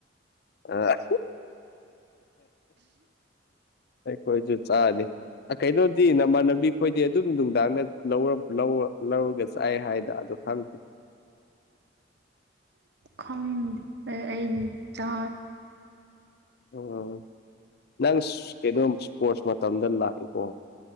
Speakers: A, on the left; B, on the right.
A: ꯑ ꯑ ꯑꯩꯈꯣꯏꯁꯨ ꯆꯥꯗꯦ ꯑ ꯀꯩꯅꯣꯗꯤ ꯅꯃꯥꯟꯅꯕꯤ ꯈꯣꯏꯗꯤ ꯑꯗꯨꯝ ꯅꯨꯡꯗꯥꯡꯗ ꯂꯧꯔꯝ ꯂꯧꯔ ꯂꯧꯔꯒ ꯆꯥꯏ ꯍꯥꯏꯗ ꯑꯗꯣ ꯈꯪꯗꯦ
B: ꯈꯪꯗꯦ ꯑꯩꯒꯤ ꯆꯥ <inaudible>
A: ꯎꯝ ꯅꯪ ꯀꯩꯅꯣꯝ ꯏꯁꯄꯣꯔꯠꯁ ꯃꯇꯝꯗ ꯂꯥꯛꯑꯦꯀꯣ